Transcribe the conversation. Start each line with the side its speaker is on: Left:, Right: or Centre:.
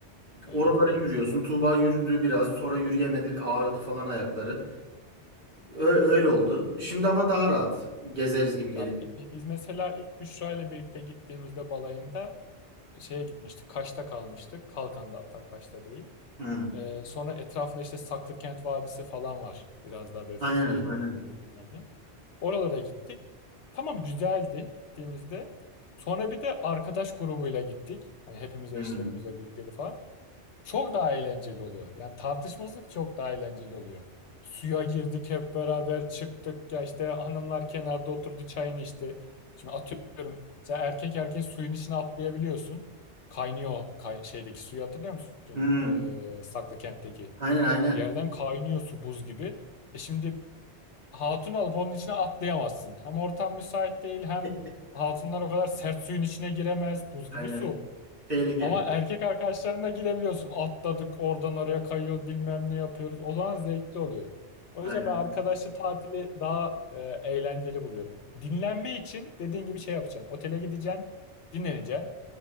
Left: Evet
Right: Oraları
Left: evet.
Right: yürüyorsun. Tuğba yürüdü biraz sonra yürüyemedi ağrıdı falan ayakları. Ö- öyle oldu. Şimdi ama daha rahat gezeriz gibi geliyor.
Left: Ya bi- bi- biz mesela ilk Büşra ile birlikte gittiğimizde balayında şeye gitmiştik. Kaş'ta kalmıştık. Kalkan'da hatta Kaş'ta değil.
Right: Hı.
Left: Ee, sonra etrafında işte Saklıkent Vadisi falan var. Biraz daha böyle Fethiye'ye
Right: Aynen
Left: doğru
Right: aynen.
Left: gidince bilmem ne. Oralara gittik. Tamam güzeldi gittiğimizde. Sonra bir de arkadaş grubuyla gittik. Hani hepimiz
Right: Hmm.
Left: eşlerimizle birlikteydi falan çok daha eğlenceli oluyor. Yani tartışması çok daha eğlenceli oluyor. Suya girdik hep beraber çıktık ya işte hanımlar kenarda oturdu çayını içti. Şimdi atıyorum sen erkek erkeğe suyun içine atlayabiliyorsun. Kaynıyor kay- şeydeki suyu hatırlıyor musun?
Right: Hmm.
Left: Ee, Saklıkent'teki.
Right: Aynen aynen.
Left: Bir yerden kaynıyor su buz gibi. E şimdi hatun alıp onun içine atlayamazsın. Hem ortam müsait değil hem
Right: <laughs>
Left: hatunlar o kadar sert suyun içine giremez buz
Right: Aynen.
Left: gibi su.
Right: Tehlikeli.
Left: Ama erkek arkadaşlarına girebiliyorsun. Atladık oradan oraya kayıyoruz bilmem ne yapıyoruz. O zaman zevkli oluyor. O
Right: Aynen.
Left: yüzden ben arkadaşlı tatili daha e, eğlenceli buluyorum. Dinlenme için dediğin gibi şey yapacaksın. Otele gideceksin, dinleneceksin.